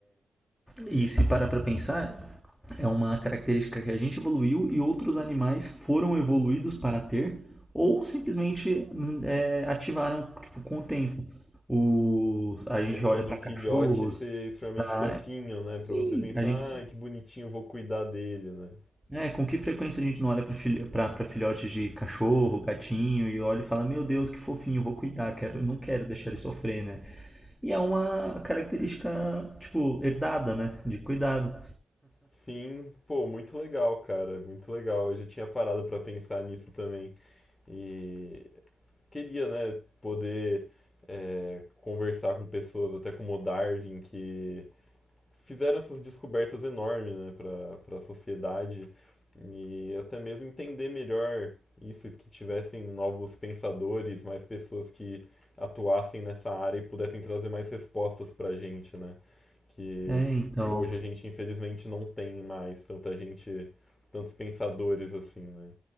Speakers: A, in the centre; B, on the left (about 20°).
A: E se parar para pensar, é uma característica que a gente evoluiu e outros animais foram evoluídos para ter ou simplesmente hum, é, ativaram tipo, com o tempo. O, a
B: a questão
A: gente olha
B: do
A: para
B: filhote
A: cachorros,
B: ser extremamente
A: pra,
B: fofinho, né?
A: Sim,
B: Pra você pensar,
A: a gente.
B: ai, que bonitinho, vou cuidar dele, né?
A: É, com que frequência a gente não olha para filho, pra, pra filhote de cachorro, gatinho e olha e fala: Meu Deus, que fofinho, vou cuidar, quero, não quero deixar ele sofrer, né? E é uma característica, tipo, herdada, né? De cuidado.
B: Sim, pô, muito legal, cara, muito legal. Eu já tinha parado pra pensar nisso também. E queria, né, poder é, conversar com pessoas, até como o Darwin, que fizeram essas descobertas enormes, né, para para a sociedade e até mesmo entender melhor isso, que tivessem novos pensadores, mais pessoas que atuassem nessa área e pudessem trazer mais respostas para a gente, né? Que
A: É, então.
B: hoje a gente infelizmente não tem mais tanta gente, tantos pensadores assim, né?